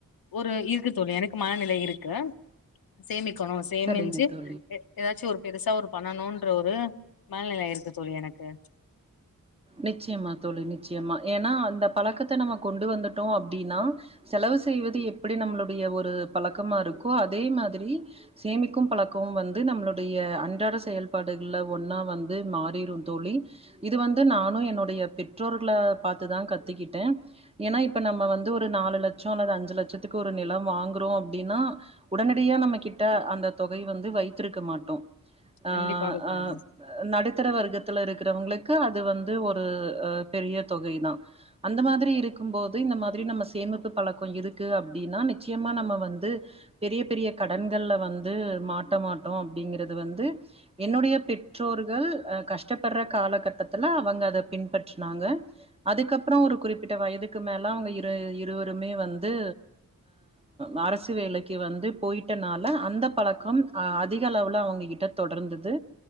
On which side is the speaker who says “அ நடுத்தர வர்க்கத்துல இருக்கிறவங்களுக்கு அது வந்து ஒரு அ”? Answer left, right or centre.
Right